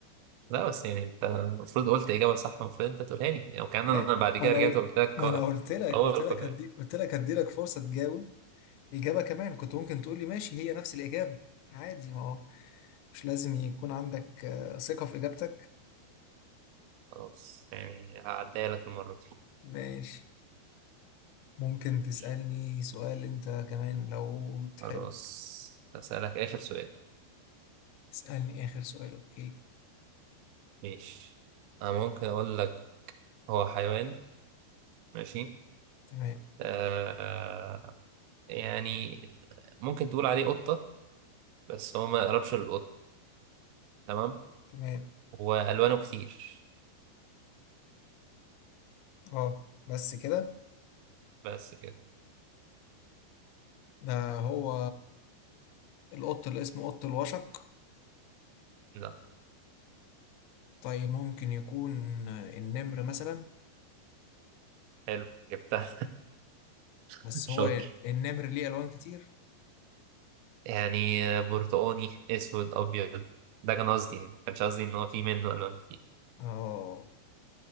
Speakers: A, on the right; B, on the left.
A: لا بس يعني أنت المفروض قلت إجابة صح المفروض أنت تقولها لي يعني وكأن
B: ما
A: أنا بعد كده
B: ما انا
A: رجعت
B: قلت
A: وقلت لك
B: ما انا قلت لك
A: هو
B: قلت
A: الخفاش
B: لك هدي قلت لك هدي لك فرصة تجاوب اجابة كمان كنت ممكن تقول لي ماشي هي نفس الاجابة عادي ما هو مش لازم يكون عندك آه، ثقة في اجابتك
A: خلاص يعني هعديها لك المرة
B: ماشي ممكن
A: دي
B: تسألني سؤال أنت كمان لو تحب
A: خلاص هسألك آخر سؤال
B: اسألني آخر سؤال أوكي
A: ماشي أنا ممكن أقول لك هو حيوان ماشي
B: تمام
A: آه يعني ممكن تقول عليه قطة بس هو ما يقربش للقط تمام
B: تمام
A: وألوانه كتير
B: أه بس كده
A: بس كده
B: ده هو القط اللي اسمه قط الوشق
A: لا
B: طيب ممكن يكون النمر مثلا
A: حلو جبتها <laughs>
B: بس
A: شاطر
B: هو النمر ليه ألوان كتير
A: يعني آه، برتقاني أسود أبيض ده كان قصدي يعني ما كانش قصدي إن هو في منه ألوان كتير
B: أه